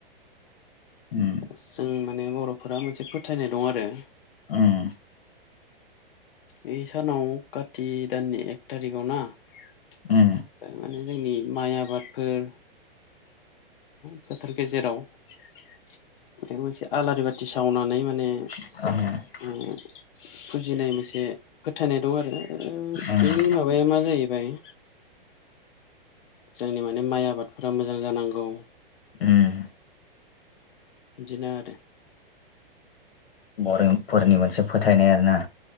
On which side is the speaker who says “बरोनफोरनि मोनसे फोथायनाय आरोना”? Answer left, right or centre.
Left